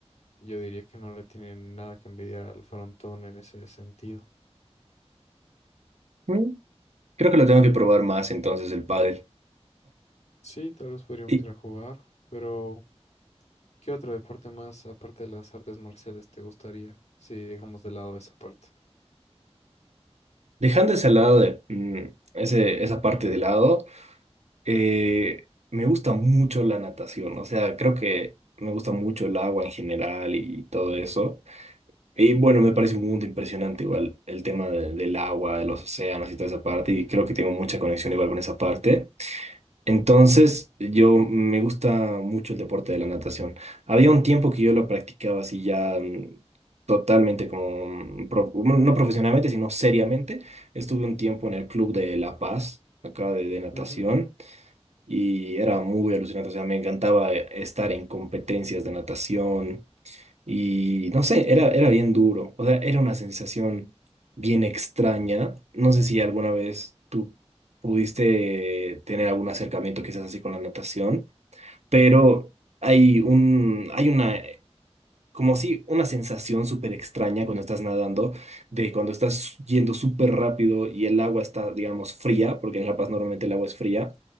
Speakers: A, on the left; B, on the right.
A: yo diría que no le tienen nada que envidiar al frontón en ese sentido.
B: Mm, Creo que lo tengo que probar más entonces el pádel.
A: Sí, tal vez podríamos
B: Y
A: ir a jugar, pero ¿qué otro deporte más aparte de las artes marciales te gustaría? Si dejamos de lado esa parte.
B: dejando ese lado de mm, ese, esa parte de lado, eh, me gusta mucho la natación, o sea, creo que me gusta mucho el agua en general y todo eso.
A: Mm.
B: Y bueno, me parece un mundo impresionante igual el tema de- del agua, de los océanos y toda esa parte, y creo que tengo mucha conexión igual con esa parte. Entonces, yo me gusta mucho el deporte de la natación. Había un tiempo que yo lo practicaba así ya mm, totalmente como, mm, pro- bueno, no profesionalmente, sino seriamente. Estuve un tiempo en el Club de La Paz, acá de, de natación,
A: Ujú.
B: y era muy alucinante. O sea, me encantaba eh, estar en competencias de natación. Y no sé, era, era bien duro. O sea, era una sensación bien extraña. No sé si alguna vez tú pudiste tener algún acercamiento quizás así con la natación, pero hay un, hay una, como si una sensación súper extraña cuando estás nadando, de cuando estás yendo súper rápido y el agua está, digamos, fría, porque en La Paz normalmente el agua es fría,